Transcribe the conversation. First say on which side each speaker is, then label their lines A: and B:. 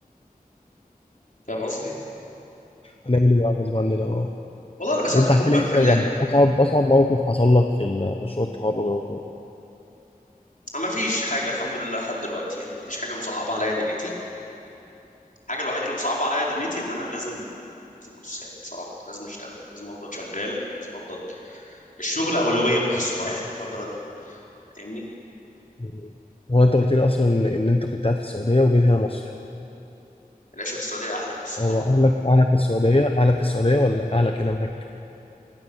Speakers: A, on the left; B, on the left.
A: فاهم قصدي
B: هنعمل ايه بقى غصب عننا اه
A: والله انا بساعده
B: طب انت
A: حبا
B: احكي لي
A: في
B: آه،
A: الله
B: يعني اصعب اصعب موقف حصل لك في ال- مشروع التخرج او كده
A: ما فيش حاجه الحمد لله لحد دلوقتي يعني ما فيش حاجه مصعبه عليا دنيتي الحاجه الوحيده اللي مصعبه عليا دنيتي ان انا لازم أجيب فلوس يعني بصراحه لازم اشتغل لازم افضل شغال لازم افضل الشغل اولويه قصوى يعني الفتره دي فاهمني
B: مم. هو انت قلت لي اصلا ان إن انت كنت قاعد في السعوديه وجيت هنا مصر
A: العيشة في السعودية أحلى بالصحاب
B: هو أهلك أهلك في السعودية أهلك في السعودية ولا أهلك هنا معاك؟